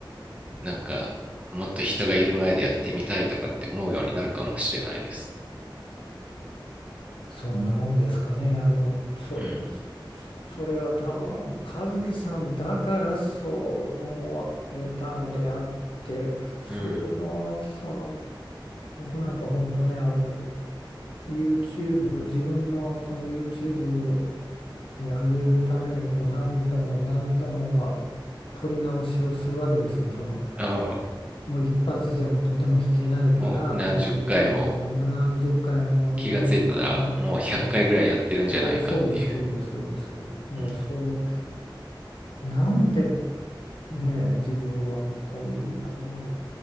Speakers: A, on the right (about 15°); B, on the left (about 80°).
A: なんかもっと人がいる前でやってみたいとかって思うようになるかもしれないです
B: そんなもんですかね。あの、それ、
A: うん
B: それは多分、和樹さんだからそう思えたのであって、普通の、
A: うん。
B: その、僕なんか本当ね、あの、YouTube、自分のその YouTube に上げるために、こう、何度も何度も、まあ、撮り直しをするわけですよ。その、
A: あ
B: もう一発じゃもうとても弾けないからこう何回も何回何十回ももう本当
A: もう何十回も気がついたらもう100回ぐらいやってるんじゃないかっていう
B: そうそうですそうですそうですもうそ
A: うん。
B: うなんでね自分はこんな、な